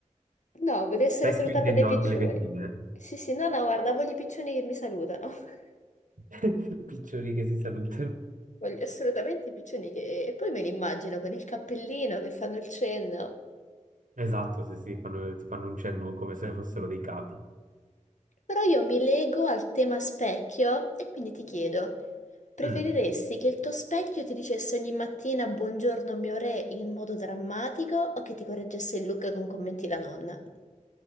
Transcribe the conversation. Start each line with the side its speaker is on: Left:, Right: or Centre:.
Left: No,
Right: <laughs>
Left: voglio essere
Right: Specchio
Left: salutata
Right: intendo
Left: dai piccioni.
Right: anche le vetrine.
Left: Sì, sì, no, no, guarda, voglio i piccioni che mi salutano. <laughs>
Right: eh. <laughs> Piccioni che si salutano.
Left: Voglio assolutamente i piccioni che... E poi me li immagino con il cappellino che fanno il cenno.
Right: Esatto, sì, sì, fanno- ti fanno un cenno come se fossero dei capi.
Left: Però io mi lego al tema specchio e quindi ti chiedo, preferiresti
Right: Mm,
Left: che il tuo specchio ti dicesse ogni mattina buongiorno mio re in modo drammatico o che ti correggesse il look con commenti da nonna?